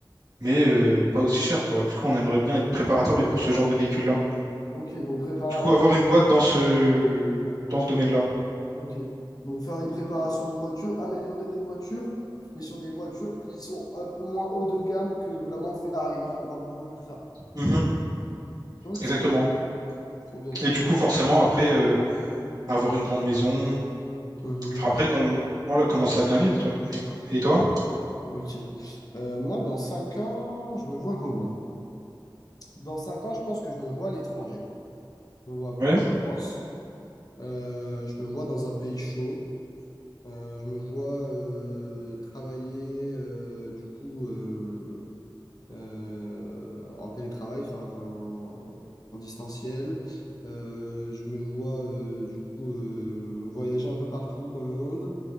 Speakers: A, on the right; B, on the left.
A: mais euh, pas aussi chères, quoi. Du coup, on aimerait bien être préparateur, mais pour ce genre de véhicule-là.
B: Ok, donc préparateur.
A: Du coup, avoir une boîte dans ce dans ce domaine-là.
B: Ok. Donc faire des préparations de voitures, améliorer des voitures, mais sur des voitures qui sont un peu moins haut de gamme que vraiment Ferrari, Lamborghini et tout ça.
A: Mhm,
B: Ok,
A: exactement.
B: trop bien, trop
A: Et du
B: bien.
A: coup, forcément, après, euh, avoir une grande maison.
B: Mhm,
A: Enfin, après, qu'on voilà, commencer à bien vivre, toi. Et, quoi. et toi?
B: Ok. Euh, moi, dans 5 ans, je me vois comment? Dans cinq ans, je pense que je me vois à l'étranger. Je me vois
A: Ouais.
B: plus en France. Euh, je me vois dans un pays chaud. Euh, je me vois euh, travailler euh, du coup euh, euh, en télétravail, enfin en, en distanciel. Euh, je me vois euh, du coup euh, voyager un peu partout dans le monde,